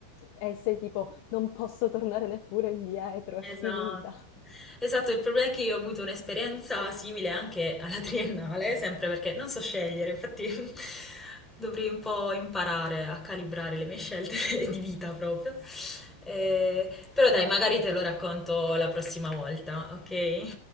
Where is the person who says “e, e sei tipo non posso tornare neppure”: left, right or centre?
Left